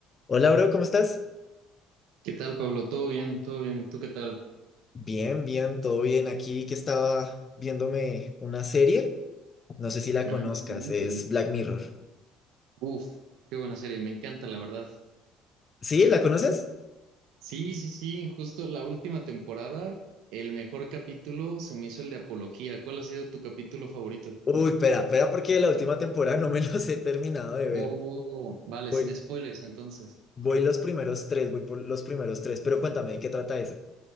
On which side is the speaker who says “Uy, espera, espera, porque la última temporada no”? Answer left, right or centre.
Left